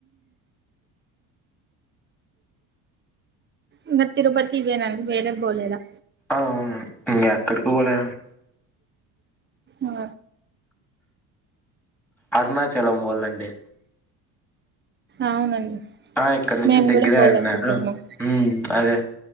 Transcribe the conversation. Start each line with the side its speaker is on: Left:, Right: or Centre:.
Right: ఇంక తిరుపతి పొయినాక వేరే పోలేదా
Centre: అ ఇంకా ఎక్కడికి పోలేదండి
Right: ఆ
Centre: అరుణాచలం పోవాలాండి
Right: అవునండి
Centre: ఆ ఇక్కడ నుంచి
Right: మేము
Centre: దగ్గరే
Right: కూడా పోవాలనుకుంటున్నాం
Centre: అన్నారు మ్... అదే